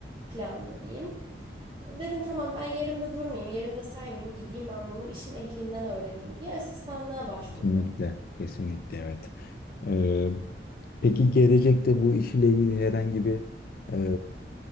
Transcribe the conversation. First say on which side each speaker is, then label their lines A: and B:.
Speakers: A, on the right; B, on the left.
A: plandı diyeyim. E, Dedim tamam ben yerimde durmayayım, yerimde saymayayım, gideyim ben bunu işin ehlinden öğreneyim diye asistanlığa başvurdum.
B: Kesinlikle kesinlikle evet. Ee, peki gelecekte bu işle ilgili herhangi bir e,